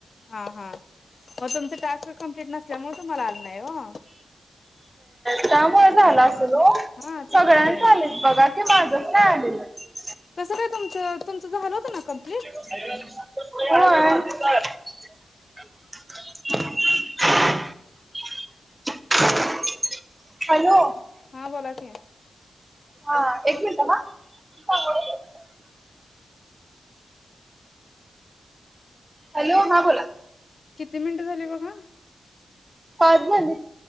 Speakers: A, on the left; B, on the right.
A: हा हा मग तुमच टास्क कम्प्लींट नसल्यामुळे तुम्हाला आले नाही ओ.......
B: त्यामुळ झाल असल
A: हा.
B: ओ
A: हा
B: सगळ्यांचे
A: तेच की
B: आलेत बाघा की माझ <inaudible>
A: कस काय तुमच तुमच झाल होत ना कम्प
B: <inaudible> <unintelligible>
A: हा बोला की
B: हा एक मिनिट हा <inaudible> हॅलो हा बोला
A: किती मिनिटं झाली बघा
B: पाच झाली